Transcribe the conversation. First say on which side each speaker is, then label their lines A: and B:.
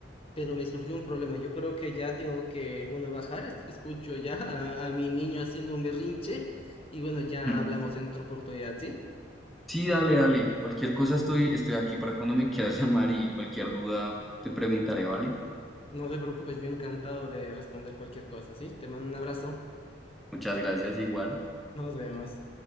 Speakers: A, on the left; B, in the centre.
A: pero me surgió un problema. Yo creo que ya tengo que, bueno, bajar. Es- Escucho ya a, a mi niño haciendo un berrinche y bueno, ya
B: <laughs>
A: hablamos en otra oportunidad, ¿sí?
B: Sí, dale, dale. Cualquier cosa estoy, estoy aquí para cuando me quieras <laughs> llamar y cualquier duda te preguntaré, ¿vale?
A: No te preocupes, yo encantado de responder cualquier cosa, ¿sí? Te mando un abrazo.
B: Muchas gracias, igual.
A: Nos vemos.